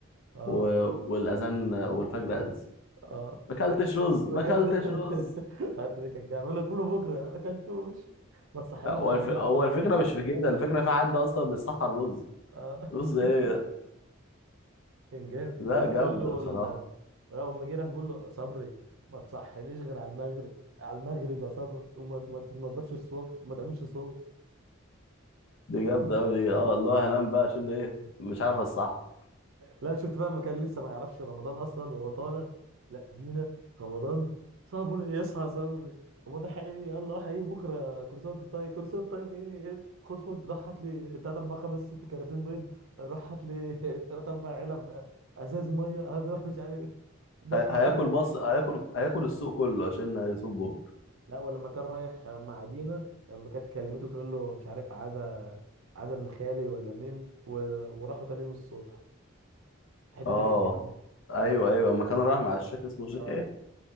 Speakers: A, on the right; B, on the left.
A: اه
B: و... والاذان والفجر اذن
A: اه
B: ما اكلتش
A: ما
B: رز
A: ما
B: ما
A: اكلت
B: اكلتش رز
A: <laughs> حتى ده كان جاي بقول له كله بكره ما اكلتوش ما تصحنيش
B: هو
A: غير قبل
B: الف... هو
A: الفطار
B: الفكره مش في كده الفكره في حد اصلا بيصحى الرز
A: اه
B: رز ايه
A: <laughs>
B: ده؟
A: كان جامد
B: لا
A: لو
B: جامده
A: بيقول له
B: بصراحه
A: ال- لو لما جه راح بيقول له صبري ما تصحينيش غير على المغرب على المغرب يا صبري وما ما تنضفش الصوب وما تعملش صوب
B: دي جامده قوي دي اه اللي هو هنام بقى عشان ايه مش عارف الصح
A: لا شفت بقى ما كان لسه ما يعرفش رمضان اصلا وهو طالع لا زينة رمضان صبري يصحى صبري هو ده حقيقي يلا حقيقي بكره كل سنه وانت طيب كل سنه وانت طيب ايه خد خد راح هات لي 3 4 5 6 كراتين بيض راح هات لي <laughs> 3 4 علب ازاز ميه هذا راح مش عارف <laughs> إيه. دفع
B: هي... هياكل
A: لك
B: مصر هياكل هياكل السوق كله عشان هيصوم بكره
A: لا ولما كان رايح مع دينا لما كانت كلمته تقول له مش عارف عايزه عايزه ابن خالي ولا مين و... وراحوا تاني يوم الصبح الحته
B: اه
A: دي كانت جامده
B: ايوه ايوه اما كان رايح مع الشيخ اسمه الشيخ
A: اه
B: ايه